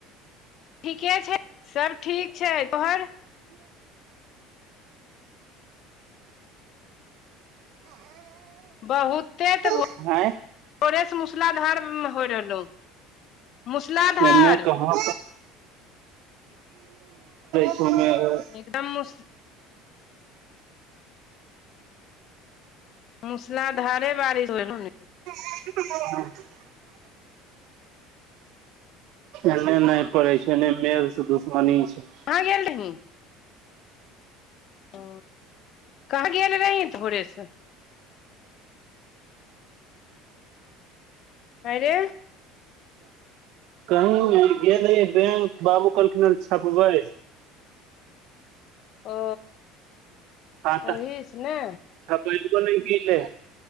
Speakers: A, on the left; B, on the right.
A: ठीके छै सब ठीक छै तोहर?
B: <inaudible>
A: बहुते त भोरे
B: आँय
A: सँ मूसलाधार होय रहलौ। मूसलाधार
B: एन्ने कहा छै <inaudible>
A: एकदम मुस मूसलाधारे बारिश होय रहलै हें।
B: <inaudible> <inaudible> एन्ने नै पड़ै छै एन्ने <unintelligible> से दुश्मनी छै।
A: कहां गेल रहीं? ओ कहां गेल रही भोरे से? आंय रे।
B: कह -कही नै गेल रहियै बैंक बाबू कहलखिन हन छपबै।
A: ओ
B: खाता
A: ओही स ने।
B: छपैबो नै केलय